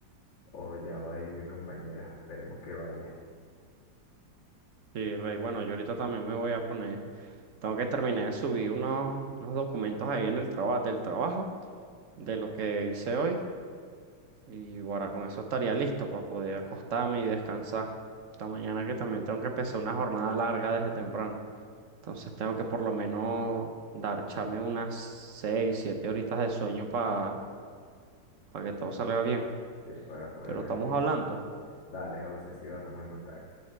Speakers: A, on the left (about 75°); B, on the right (about 55°).
A: o ya va a ir mi compañera. Esperemos que vaya.
B: Sí, Rey, bueno, yo ahorita también me voy a poner. Tengo que terminar de subir unos, unos documentos ahí en el trabajo, del trabajo, de lo que hice hoy. Y ahora con eso estaría listo para poder acostarme y descansar. Esta mañana que también tengo que empezar una jornada larga desde temprano. Entonces tengo que por lo menos dar, echarme unas seis, siete horitas de sueño para que todo salga bien.
A: Sí, para poder
B: pero
A: rendir.
B: estamos hablando.
A: Dale, José, sí, va, estamos en contacto.